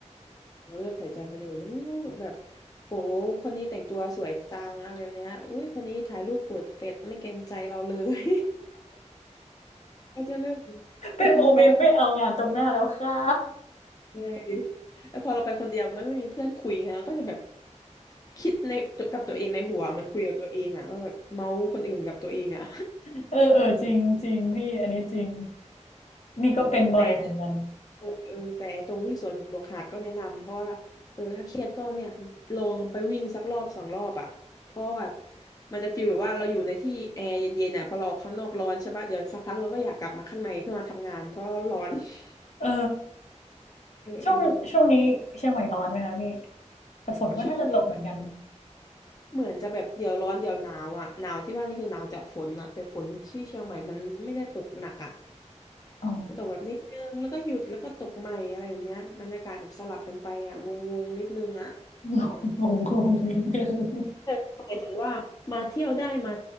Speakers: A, on the left; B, on the left.
A: เราเริ่มใส่ใจคนอื่นนะอู้แบบโหคนนี้แต่งตัวสวยจังอะไรแบบเนี้ยอุ้ยคนนี้ถ่ายรูปเปิดเฟซไม่เกรงใจเราเลย ก็จะเรื่องนแต่พอเราไปหา
B: เป็นโมเมนต์ไม่เอางานตรงหน้าแล้วค่ะ
A: เลยแล้วพอเราไปคนเดียวไม่ไม่มีเพื่อนคุยไงก็จะแบบคิดในกับตัวเองในหัวมันคุยกับตัวเองอะว่าแบบเมาส์คนอื่นกับตัวเองอะ
B: <laughs> เออเออจริงจริงพี่ อันนี้จริง
A: <laughs>
B: นี่ก็เป็นบ่อยเหมือนกัน
A: แต่แต่เออเออแต่ตรงที่สวนบวกหาดก็แนะนำเพราะว่าเออถ้าเครียดก็เนี่ยลงไปวิ่งสักรอบสองรอบอะเพราะแบบมันจะฟีลแบบว่าเราอยู่ในที่แอร์เย็นๆอ่ะพอเราออกข้างนอกร้อนใช่ปะเดี๋ยวสักพักเราก็อยากกลับมาข้างในเพื่อมาทำงานเพราะร้อน <laughs>
B: เออ
A: เออเออ
B: ช่วงช่วงนี้เชียงใหม่ร้อนไหมคะพี่ แต่ฝนก็น่าจะตกเหมือนกัน
A: ช่วงนี้ เหมือนจะแบบเดี๋ยวร้อนเดี๋ยวหนาวอ่ะหนาวที่ว่านี่คือหนาวจากฝนอ่ะแต่ฝนที่เชียงใหม่มันไม่ได้ตกหนักอ่ะ
B: อ๋อ
A: มันตกแบบนิดนึงแล้วก็หยุดแล้วก็ตกใหม่อะไรแบบเนี้ยบรรยากาศแบบสลับกันไปอ่ะงงๆนิดนึงอ่ะ
B: <laughs> งงงงนิดนึง
A: แต่หมายถึงว่ามาเที่ยวได้ไหม